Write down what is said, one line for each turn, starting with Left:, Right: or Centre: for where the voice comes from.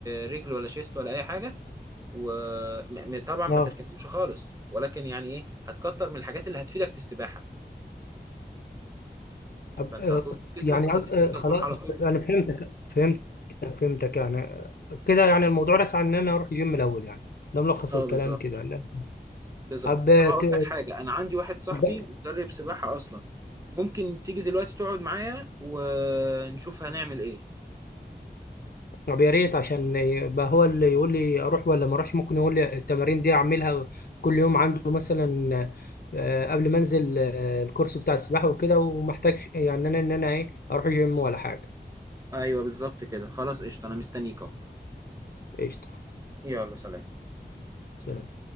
Right: رجل ولا شيست ولا اي حاجه وطبعا ما
Left: اه
Right: تركنهمش خالص ولكن يعني ايه هتكتر من الحاجات اللي هتفيدك في السباحه
Left: أب-
Right: فانت
Left: آه،
Right: هتظبط جسمك
Left: يعني
Right: بحيث
Left: قصد-
Right: ان
Left: آه،
Right: انت
Left: خلاص
Right: تروح على طول
Left: يعني فهمتك فهمتك فهمتك يعني كده يعني الموضوع رسى عن ان انا اروح جيم الاول يعني ده ملخص
Right: اه
Left: الكلام
Right: بالظبط
Left: كده لا.
Right: بالظبط
Left: طب
Right: طب هقول
Left: ت-
Right: لك حاجه انا عندي واحد صاحبي
Left: أب-
Right: مدرب سباحه اصلا ممكن تيجي دلوقتي تقعد معايا ونشوف هنعمل ايه
Left: طب يا ريت عشان يبقى هو اللي يقول لي اروح ولا ما اروحش ممكن يقول لي التمارين دي اعملها كل يوم عنده مثلا آه، قبل ما انزل آه، الكورس بتاع السباحه وكده ومحتاج يعني انا ان انا ايه اروح جيم ولا حاجه
Right: ايوه بالظبط كده خلاص قشطه انا مستنيك اهو
Left: قشطه
Right: يلا سلام
Left: سلام